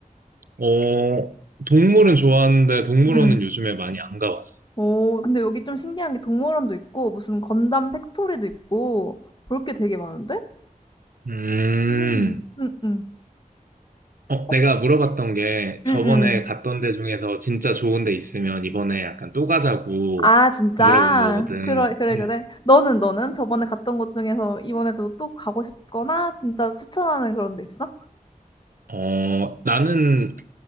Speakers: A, on the right (about 75°); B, on the left (about 35°).
A: 어, 동물은 좋아하는데 동물원은
B: 응.
A: 요즘에 많이 안 가봤어.
B: 오 근데 여기 좀 신기한 게 동물원도 있고 무슨 건담 팩토리도 있고 볼 게 되게 많은데?
A: 음,
B: 음. 응응.
A: 어,
B: 어,
A: 내가 물어봤던 게
B: 응응.
A: 저번에 갔던 데 중에서 진짜 좋은 데 있으면 이번에 약간 또 가자고
B: 아 진짜?
A: 물어본 거거든.
B: 그래 그래,
A: 음.
B: 그래. 너는, 너는? 저번에 갔던 곳 중에서 이번에도 또 가고 싶거나 진짜 추천하는 그런 데 있어?
A: 어, 나는,